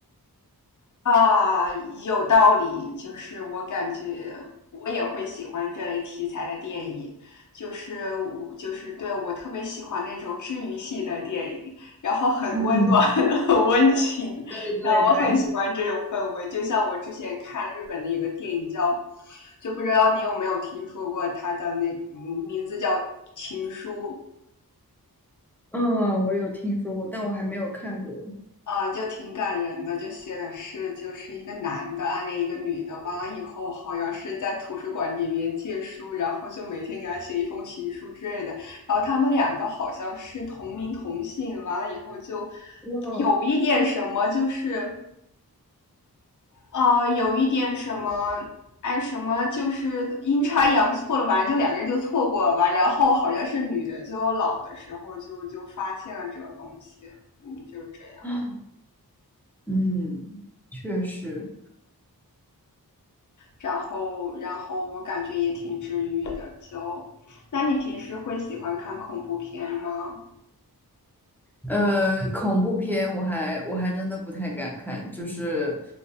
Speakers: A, on the left; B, in the centre.
A: 啊，有道理。就是我感觉我也会喜欢这类题材的电影，就是我就是对我特别喜欢那种治愈系的电影，然后很温暖、
B: 嗯，
A: <laughs> 很温情，
B: 对对对，
A: 然后我很喜欢这种氛围。就像我之前看日本的有个电影叫，就不知道你有没有听说过它的那嗯名字叫《情书》，
B: 嗯，我有听说过，但我还没有看过。
A: 啊，就挺感人的，就写的是就是一个男的暗恋一个女的，完了以后好像是在图书馆里面借书，然后就每天给他写一封情书之类的。然后他们两个好像是同名同姓，完了以后就
B: 哇，
A: 有一点什么，就是啊，有一点什么。哎，什么就是阴差阳错了，反正就两个人就错过了吧。然后好像是女的，最后老的时候就就发现了这个东西，嗯，就是这样。
B: <gasps> 嗯，确实，
A: 然后然后我感觉也挺治愈的。就，那你平时会喜欢看恐怖片吗？
B: 呃，恐怖片我还我还真的不太敢看，就是